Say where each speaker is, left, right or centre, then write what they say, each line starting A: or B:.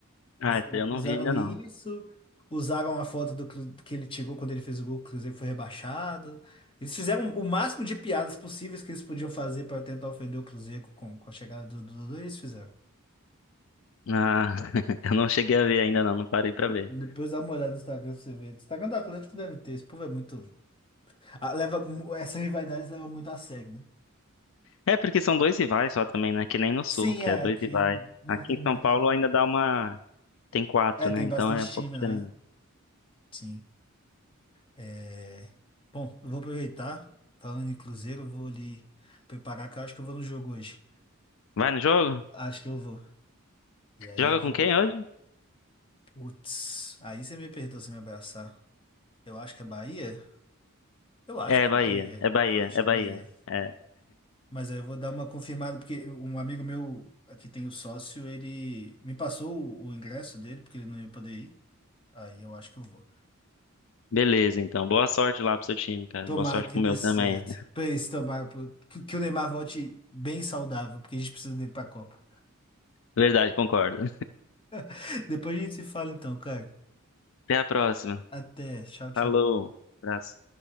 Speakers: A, on the left (about 25°); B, on the left (about 65°).
A: Eles
B: Ah, essa eu não
A: usaram
B: vi ainda
A: isso,
B: não.
A: usaram a foto do Cru- que ele tirou quando ele fez o gol, que o Cruzeiro foi rebaixado. Eles fizeram o máximo de piadas possíveis que eles podiam fazer para tentar ofender o Cruzeiro com, com a chegada do Dudu, eles fizeram.
B: Ah, <laughs> eu não cheguei a ver ainda não, não parei pra ver.
A: Depois dá uma olhada no Instagram pra você ver. O Instagram do Atlético deve ter, esse povo é muito. Ah, leva, mu- essa rivalidade leva muito a sério, né?
B: É, porque são dois rivais só também, né? Que nem no Sul,
A: Sim,
B: que
A: é,
B: é dois
A: aqui
B: rivais.
A: n- não
B: Aqui
A: tem
B: em
A: muito.
B: São Paulo ainda dá uma... Tem quatro,
A: É, tem
B: né? Então
A: bastante
B: é um pouco
A: time,
B: diferente.
A: né? Sim. É... Bom, eu vou aproveitar, falando em Cruzeiro, eu vou ali preparar, que eu acho que eu vou no jogo hoje.
B: Vai no jogo?
A: Acho que eu vou. E aí
B: Joga
A: eu vou.
B: com quem hoje?
A: Putz, aí você me perdoa se me abraçar. Eu acho que é Bahia? Eu acho
B: É
A: que
B: é
A: é
B: Bahia,
A: Bahia.
B: é Bahia,
A: Eu acho
B: é
A: que
B: Bahia.
A: é Bahia.
B: É.
A: Mas aí eu vou dar uma confirmada, porque um amigo meu aqui tem o sócio, ele me passou o, o ingresso dele, porque ele não ia poder ir. Aí eu acho que eu vou.
B: Beleza, então. Boa sorte lá pro seu time, cara.
A: Tomara
B: Boa sorte
A: que
B: pro
A: dê
B: meu
A: certo.
B: também.
A: Pra isso, tomara pro- que, que o Neymar volte bem saudável, porque a gente precisa dele pra Copa.
B: Verdade, concordo.
A: <laughs> Depois a gente se fala então, cara.
B: Até a próxima.
A: Até. Tchau, tchau.
B: Falou. Abraço.